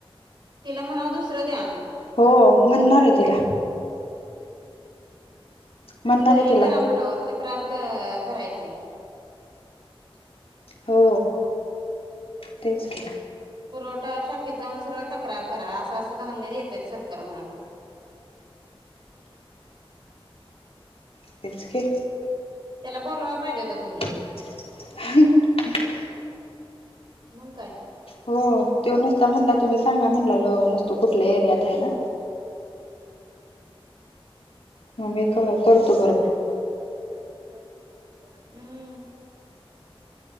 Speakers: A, on the right (about 55°); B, on the left (about 85°).
A: तिला म्हणाव दुसरं द्या.
B: हो म्हणणार आहे तिला. म्हणणार
A: आणिता
B: आहे
A: इ
B: तिला
A: करा म्हणाव. तक्रार क करायची.
B: हो तेच कि.
A: पुरवठा शाखेत जाऊन सरळ तक्रार करा असं असं धान्य देतय सरकार म्हणून
B: हेच की.
A: त्याला बोलवाय पाहिजे होता तुम्ही
B: ह.
A: मंग काय.
B: हो ते नुसता म्हणला तुम्ही सांगा म्हणला लो नुसतो कुठल्या एरियात आहे ना. मग मी करतो बरोबर.
A: हम्म.